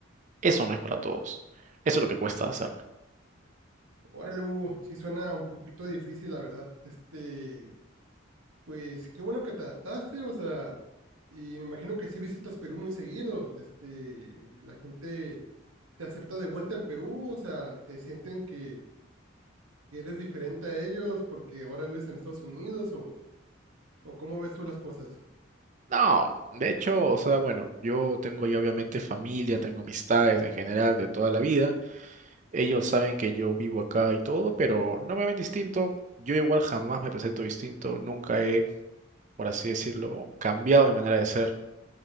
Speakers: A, on the right; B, on the right.
A: Eso no es para
B: Órale,
A: todos. Eso es lo que cuesta hacer
B: órale, Hugo, sí suena un poquito difícil, la verdad. Este, Pues qué bueno que te adaptaste, o sea, y me imagino que sí visitas Perú muy seguido, este, la gente te acepta de vuelta en Perú, o sea, te sienten que eres diferente a ellos porque ahora vives en Estados Unidos o, o cómo ves tú las cosas,
A: No, de hecho, o sea, bueno, yo tengo ya obviamente familia, tengo amistades en general de toda la vida. Ellos saben que yo vivo acá y todo, pero no me ven distinto. Yo igual jamás me presento distinto, nunca he, por así decirlo, cambiado mi manera de ser,